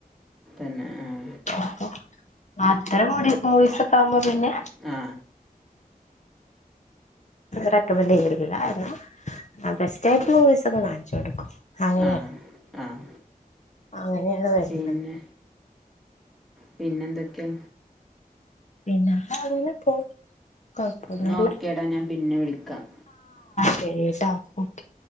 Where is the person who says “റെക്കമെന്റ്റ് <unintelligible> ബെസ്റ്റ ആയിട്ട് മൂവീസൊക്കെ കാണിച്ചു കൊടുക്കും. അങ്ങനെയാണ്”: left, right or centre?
Left